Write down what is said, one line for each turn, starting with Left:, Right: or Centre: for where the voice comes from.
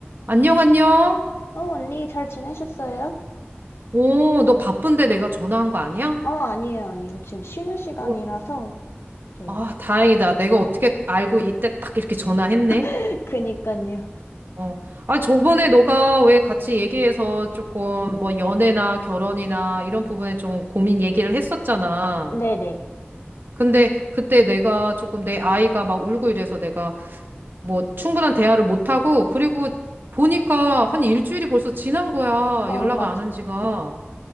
Right: 안녕, 안녕.
Left: 어, 언니 잘 지내셨어요?
Right: 오, 너 바쁜데 내가 전화한 거 아니야?
Left: 어, 아니에요, 아니에요. 지금 쉬는 시간이라서.
Right: 어,
Left: 네.
Right: 아, 다행이다. 내가 어떻게 알고 이때 딱 이렇게 전화했네.
Left: <laughs> 그니까요.
Right: 어, 아, 저번에 너가 왜 같이 얘기해서 조금 뭐 연애나 결혼이나 이런 부분에 좀 고민 얘기를 했었잖아.
Left: 네네.
Right: 근데 그때 내가 조금 내 아이가 막 울고 이래서 내가 뭐 충분한 대화를 못하고 그리고 보니까 한 일주일이 벌써 지난 거야.
Left: 어,
Right: 연락을
Left: 맞아.
Right: 안 한 지가.